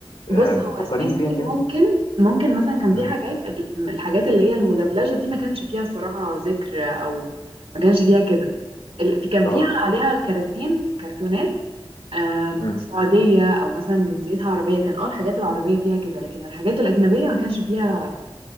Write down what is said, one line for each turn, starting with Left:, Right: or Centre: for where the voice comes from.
Right: بص
Left: آه،
Right: هو
Left: فكريني
Right: سبيس
Left: بيها
Right: تون
Left: كده
Right: ممكن ممكن مثلا كان في
Left: مم.
Right: حاجات ال- الحاجات اللي هي المدبلجة دي ما كانش فيها الصراحة ذكر أو ما كانش فيها كده ال- في- كان
Left: اه
Right: فيها عليها كراتين كرتونات آم،
Left: مم.
Right: سعودية أو مثلا جنسيتها عربية كان أول الحاجات العربية فيها كده لكن الحاجات الأجنبية ما كانش فيها